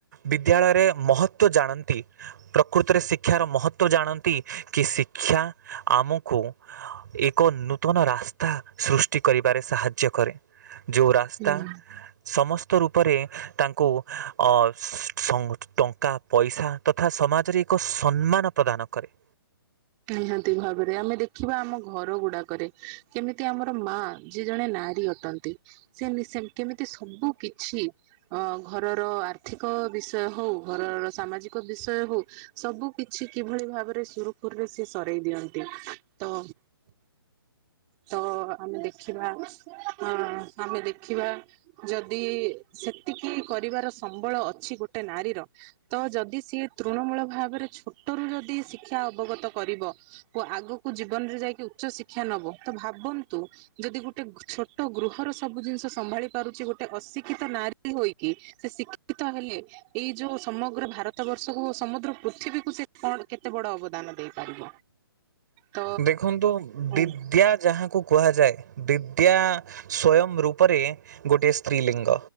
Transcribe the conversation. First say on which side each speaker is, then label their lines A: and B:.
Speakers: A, on the right (about 50°); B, on the right (about 25°).
A: ବିଦ୍ୟାଳୟରେ ମହତ୍ଵ ଜାଣନ୍ତି। ପ୍ରକୃତରେ ଶିକ୍ଷାର ମହତ୍ତ୍ଵ ଜାଣନ୍ତି କି ଶିକ୍ଷା ଆମକୁ ଏକ ନୂତନ ରାସ୍ତା ସୃଷ୍ଟି କରିବାରେ ସାହାଯ୍ୟ କରେ ଯେଉଁ ରାସ୍ତା
B: ହୁଁ।
A: ସମସ୍ତ ରୂପରେ ତାଙ୍କୁ ଅ <unintelligible> ଟଙ୍କା ପଇସା ତଥା ସମାଜରେ ଏକ ସମ୍ମାନ ପ୍ରଦାନ କରେ।
B: ନିହାତି ଭାବରେ ଆମେ ଦେଖିବା ଆମ ଘର ଗୁଡାକରେ କେମିତି ଆମର ମା ଯିଏ ଜଣେ ନାରୀ ଅଟନ୍ତି। ସେ <unintelligible> କେମିତି ସବୁ କିଛି ଅ ଘରର ଆର୍ଥିକ ବିଷୟ ହଉ ଘରର ସାମାଜିକ ବିଷୟ ହଉ ସବୁ କିଛି କିଭଳି ଭାବରେ ସୁରୁଖ ପୁରରେ ସେ ସରେଇ ଦିଅନ୍ତି ତ ତ ଆମେ ଦେଖିବା ଅ ଆମେ ଦେଖିବା ଯଦି ସେତିକି କରିବାର ସମ୍ବଳ ଅଛି ଗୋଟେ ନାରୀର ତ ଯଦି ସିଏ ତୃଣମୂଳ ଭାବରେ ଛୋଟରୁ ଯଦି ଶିକ୍ଷା ଅବଗତ କରିବ ଆଗକୁ ଜୀବନରେ ଯାଇକି ଉଚ୍ଚ ଶିକ୍ଷା ନବ ତ ଭାବନ୍ତୁ ଯଦି ଗୋଟେ ଛୋଟ ଗୃହର ସବୁ ଜିନିଷ ସମ୍ଭାଳି ପାରୁଛି ଗୋଟେ ଅଶିକ୍ଷିତ ନାରୀ ହୋଇକି ସେ ଶିକ୍ଷିତ ହେଲେ ଏଇ ଯୋଉ ସମଗ୍ର ଭାରତ ବର୍ଷକୁ ସମୁଦ୍ର ପୃଥିବୀକୁ ସେ କ କେତେ ବଡ ଅବ ଦାନ ଦେଇପାରିବ। ତ
A: ଦେଖନ୍ତୁ
B: ହଁ
A: ବିଦ୍ୟା ଯାହାକୁ କୁହାଯାଏ ବିଦ୍ୟା ସ୍ଵୟଂ ରୂପରେ ଗୋଟିଏ ସ୍ତ୍ରୀଲିଙ୍ଗ।